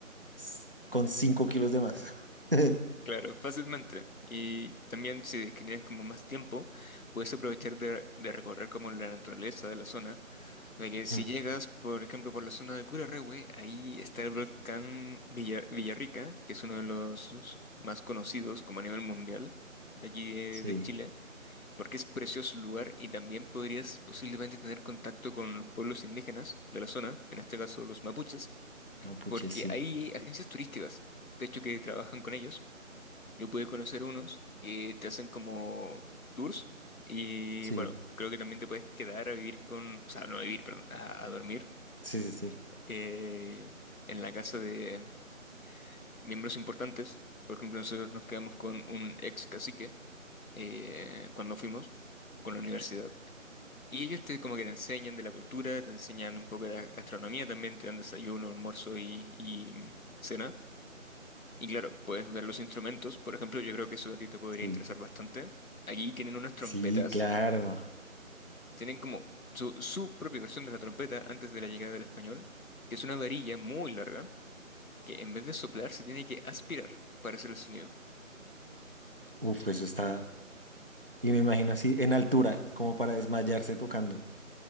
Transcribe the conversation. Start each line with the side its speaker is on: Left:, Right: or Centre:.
Right: s- con cinco kilos de más. <laughs>
Left: claro, fácilmente. Y también si es que tienes como más tiempo, puedes aprovechar de, de recorrer como la naturaleza de la zona. De que si
Right: Mm,
Left: llegas, por ejemplo, por la zona de Curarrehue, ahí está el volcán Villa- Villarrica, que es uno de los más conocidos como a nivel mundial de aquí de,
Right: Sí,
Left: de Chile, porque es precioso el lugar y también podrías posiblemente tener contacto con los pueblos indígenas de la zona, en este caso los mapuches
Right: mapuche,
Left: porque
Right: sí,
Left: hay agencias turísticas, de hecho, que trabajan con ellos. Yo pude conocer unos que te hacen como tours y
Right: sí,
Left: bueno, creo que también te puedes quedar a vivir con, o sea, no a vivir, perdón, a, a dormir
Right: sí, sí, sí,
Left: eh, en la casa de miembros importantes. Por ejemplo, nosotros nos quedamos con un ex cacique eh, cuando fuimos con la universidad. Y ellos te como que te enseñan de la cultura, te enseñan un poco de la gastronomía también, te dan desayuno, almuerzo y, y cena. Y claro, puedes ver los instrumentos. Por ejemplo, yo creo que eso a ti te podría
Right: sí,
Left: interesar bastante. Allí tienen unas trompetas.
Right: sí, claro.
Left: Tienen como su, su propia versión de la trompeta antes de la llegada del español, que es una varilla muy larga que en vez de soplar se tiene que aspirar para hacer el sonido.
Right: Uf, eso está, y me imagino así en altura, como para desmayarse tocando.